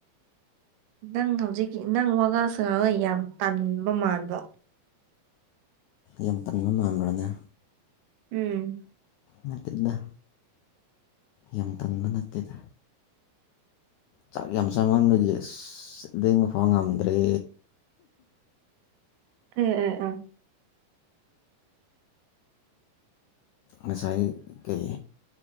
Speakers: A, on the right; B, on the left.
A: ꯅꯪ ꯍꯧꯖꯤꯛꯀꯤ ꯅꯪ ꯋꯥꯉꯪ ꯁꯥꯉꯥꯪ ꯗꯣ ꯌꯥꯝ ꯇꯥꯟꯕ ꯃꯥꯟꯕ
B: ꯌꯥꯝ ꯇꯟꯕ ꯃꯥꯟꯕ꯭ꯔꯅꯦ
A: ꯎꯝ
B: ꯅꯥꯇꯦꯗ ꯌꯥꯝ ꯇꯟꯕꯥ ꯅꯇꯦꯗꯥ ꯆꯥꯛ ꯌꯥꯝ ꯆꯃꯟꯕꯒꯤ ꯑꯁ ꯂꯦꯡꯕ ꯐꯥꯎ ꯉꯝꯗ꯭ꯔꯦ
A: ꯎꯝ ꯎ ꯎꯝ
B: ꯉꯁꯥꯏ ꯀꯩ